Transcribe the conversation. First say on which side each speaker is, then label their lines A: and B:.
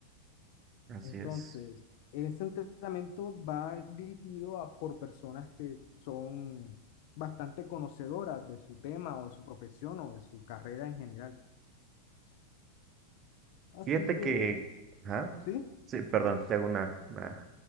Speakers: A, on the right; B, on the left.
A: Así
B: Entonces,
A: es.
B: en ese entrenamiento va dirigido a, por personas que son bastante conocedoras de su tema o de su profesión o de su carrera en general. Así
A: Fíjate
B: que,
A: que, ajá,
B: sí,
A: sí, perdón, te hago una, una